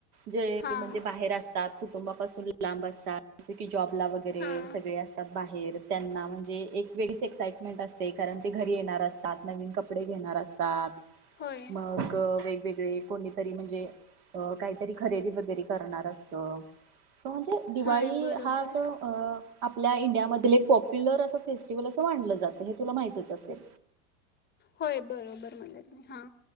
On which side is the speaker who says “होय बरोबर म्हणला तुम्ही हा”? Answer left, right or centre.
Left